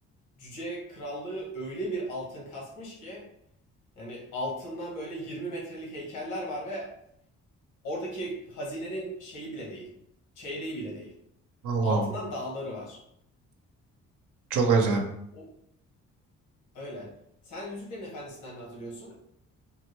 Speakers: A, on the left; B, on the right.
A: Cüce krallığı öyle bir altın kasmış ki yani altından böyle 20 metrelik heykeller var ve Oradaki hazinenin şeyi bile değil. Çeyreği bile değil.
B: Allah
A: Altından
B: Allah.
A: dağları var.
B: Çok acayip.
A: O öyle. Sen Yüzüklerin Efendisi'nden ne hatırlıyorsun?